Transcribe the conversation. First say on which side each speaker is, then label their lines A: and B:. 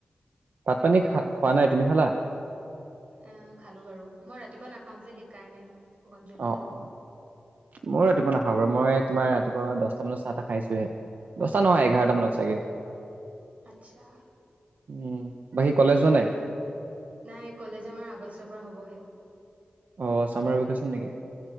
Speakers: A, on the right; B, on the right.
A: পাতানী খা। খোৱা নাই তুমি খালা।
B: এ খালো বাৰু মই ৰাতিপুৱা নাখাও যে সেইকাৰণে? অকণ জল্দি
A: অ
B: খালো
A: অ মই ৰাতিপুৱা নাখাই বাৰু। তোমাৰ ৰাতিপুৱা দছটা মানত চাহ তাহ খাইছোহে দছটা নহয় এঘাৰটা মানত চাগে
B: আচ্ছা
A: উম বাকী
B: মোৰ
A: কলেজ যোৱা
B: তেনেকে
A: নাই
B: নাই কলেজ আমাৰ আগষ্টৰ পা হবহে
A: অ চামাৰ ভিকেচন নিকি